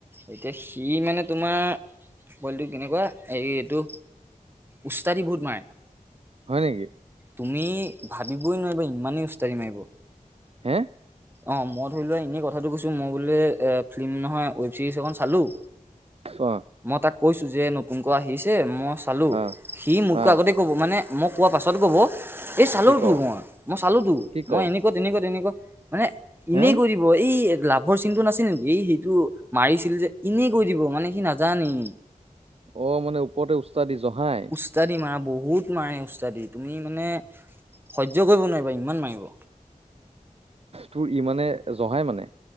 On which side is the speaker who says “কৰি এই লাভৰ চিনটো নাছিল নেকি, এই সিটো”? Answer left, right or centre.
Right